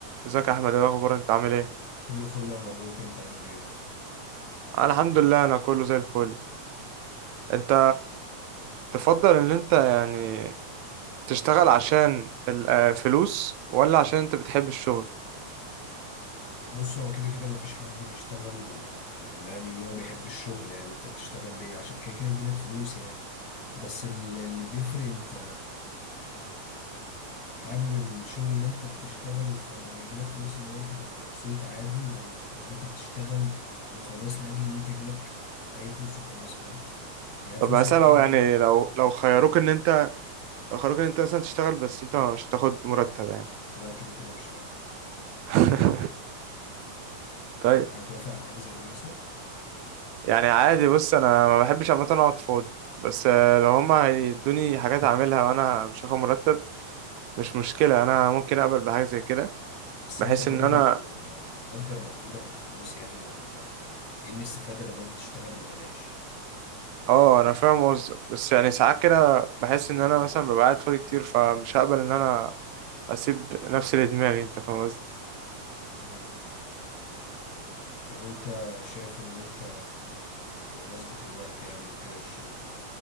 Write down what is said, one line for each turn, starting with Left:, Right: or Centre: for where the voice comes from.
Right: ازيك يا احمد ايه الاخبار انت عامل ايه
Left: كله فل يا مروك انت عامل ايه
Right: انا الحمد لله انا كله زي الفل انت تفضل ان انت يعني تشتغل عشان الفلوس ولا عشان انت بتحب الشغل
Left: بص هو كده كده مفيش حد بيشتغل آه، لاجل ان هو بيحب الشغل يعني انت بتشتغل ليه عشان كده كده يجيلك فلوس يعني بس ال- اللي بيفرق انت حابب الشغل اللي انت بتشتغله فلما يجيلك فلوس اللي هو انت تبقى مبسوط عادي ولا تبقى انت بتشتغل وخلاص لاجل ان انت يجيلك اي فلوس وخلاص فاهم يعني الفلوس
Right: طب مثلا
Left: اللي هتجيلك
Right: لو يعني
Left: دي هتبقى
Right: لو
Left: انت
Right: لو
Left: مقدر
Right: خيروك ان
Left: فيها
Right: انت لو خيروك ان انت مثلا تشتغل بس انت مش هتاخد مرتب يعني
Left: لا كده كده مش هوافق
Right: <laughs> طيب
Left: انت هتوافق على حاجة زي دي اصلا
Right: يعني عادي بص انا ما بحبش عامه اقعد فاضي بس آه، لو هما هيدوني حاجات اعملها وانا مش هاخد مرتب مش مشكله انا ممكن اقبل بحاجه زي كده
Left: بس
Right: بحيث
Left: انت برضو
Right: ان انا
Left: يعني بتقدر مجهودك بفلوس يعني ما هو انت ايه الاستفادة لما انت تشتغل ببلاش
Right: اه انا فاهم قصدك بس يعني ساعات كده بحس ان انا مثلا ببقى قاعد فاضي كتير فمش هقبل ان انا اسيب نفسي لدماغي انت فاهم قصدي
Left: مم. طب انت شايف ان انت بمناسبة الوقت يعني وكده والشغل